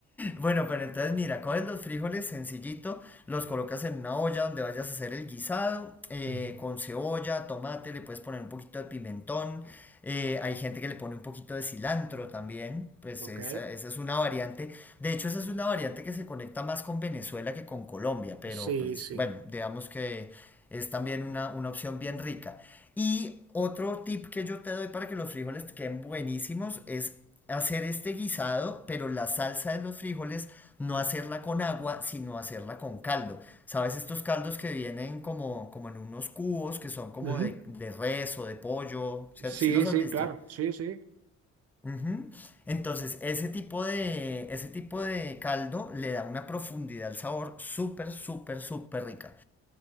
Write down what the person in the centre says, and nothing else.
Bueno, pero entonces mira, coges los frijoles sencillito, los colocas en una olla donde vayas a hacer el guisado, eh,
con cebolla, tomate, le puedes poner un poquito de pimentón, eh, hay gente que le pone un poquito de cilantro también, pues
esa, esa es una variante, de hecho esa es una variante que se conecta más con Venezuela que con Colombia, pero
pues
bueno, digamos que es también una, una opción bien rica. Y otro tip que yo te doy para que los frijoles te queden buenísimos es hacer este guisado, pero la salsa de los frijoles no hacerla con agua, sino hacerla con caldo. ¿Sabes estos caldos que vienen como, como en unos cubos que son como
de, de res o de pollo? O sea,
¿sí los has
visto?
Ujú. Entonces, ese tipo de, ese tipo de caldo le da una profundidad al sabor súper, súper, súper rica.